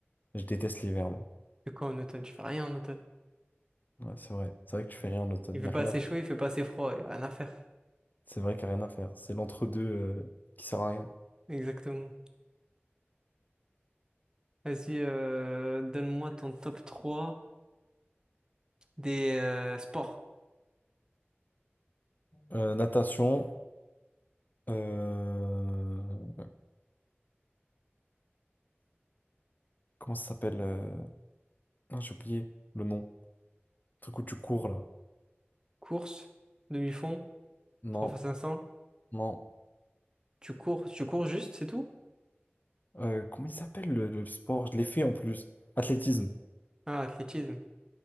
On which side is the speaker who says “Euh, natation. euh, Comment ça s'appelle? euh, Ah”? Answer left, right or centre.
Left